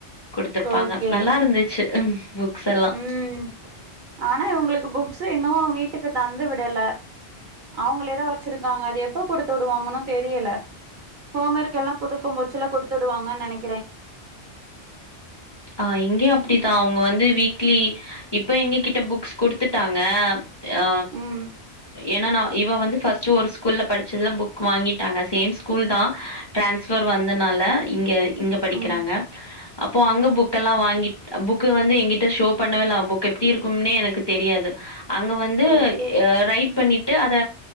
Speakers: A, on the left; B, on the right.
A: குடுத்துருப்பாங்க
B: ஓகே
A: நல்லா இருந்துச்சு புக்ஸ் எல்லா
B: ம் ஆனா இவங்களுக்கு புக்ஸ் இன்னும் வீட்டுக்கு தந்து விடல அவங்கலே தா வச்சிருக்காங்க அது எப்ப குடுத்து விடுவாங்கன்னு தெரியல ஹோம் ஒர்க் எல்லாம்டுக்கும் போச்சலல்ல கொடுத்துடுவாங்கு நினைன்
A: ஆ இங்கே அப்படித்தான் அவங்க வந்து வீக் க்ளீ இப்ப எங்க கிட்ட புக்ஸ் குடுத்துட்டாங்க ஆ
B: ம்
A: எனா இவ வந்து ஃபஸ்ட்டு ஒரு ஸ்கூல்ல படிச்சதுல புக் வாங்கிட்டாங்க சேம் ஸ்கூல் தா டிரான்ஸ்ஃபர் வந்தனால இங்க இங்க படிக்கிறாங்க
B: ம்
A: அப் அப்போ அங்க புக்கெல்லா வாங்கிட் புக்கு வந்து எங்கிட்ட ஷோ பண்ணவேல்ல புக் எப்டி இருக்கும்னே எனக்கு தெரியாது அங்க வந்து
B: ஓகே
A: எ ரைட் பண்ணிட்டு அத